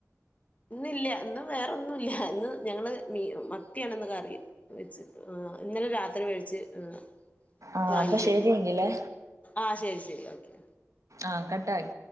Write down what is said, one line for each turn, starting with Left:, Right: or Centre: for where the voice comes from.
Left: ഇന്ന് ഇല്ല ഇന്നും വേറൊന്നുല്ല ഇന്ന് ഞങ്ങള് മീ മത്തിയാണ്ന്ന് കറി വെച്ചത് ആഹ് ഇന്നലെ രാത്രി വേടിച്ച് ഏഹ്
Right: ആഹ്
Left: വാങ്ങിച്ചു
Right: അപ്പൊ ശരിയെങ്കിലേ
Left: ആഹ് ശരി ശരി ഓക്കെ
Right: ആഹ് കട്ടായി